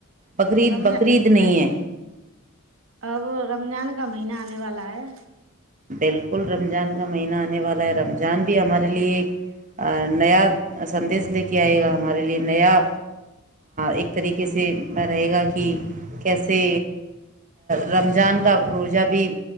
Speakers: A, on the right; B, on the right.
A: بقرید
B: رمضان
A: بقرعید نہیں ہے
B: اب رمضان کا مہینہ آنے والا ہے
A: بالکل رمضان کا مہینہ آنے والا ہے رمضان بھی ہمارے لیے ایک نیا سندیش لے کے آئے گا ہمارے لیے نیا ایک طریقے سے رہے گا کہ کیسے رمضان کا روجہ بھی